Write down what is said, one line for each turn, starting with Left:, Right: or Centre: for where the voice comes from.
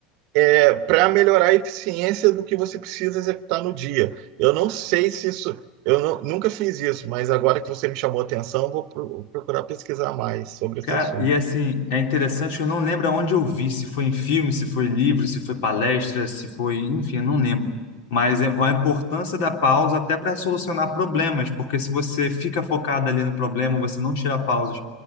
Right: é, para melhorar a eficiência do que você precisa executar no dia. Eu não sei se isso. Eu não- nunca fiz isso, mas agora que você me chamou a atenção, vou pro- procurar pesquisar mais sobre
Left: Cara,
Right: esse assunto.
Left: e assim, é interessante, eu não lembro aonde eu vi, se foi em filme, se foi livro, se foi palestra, se foi, enfim, eu não lembro. Mas é a importância da pausa até para solucionar problemas, porque se você fica focado ali no problema, você não tira pausas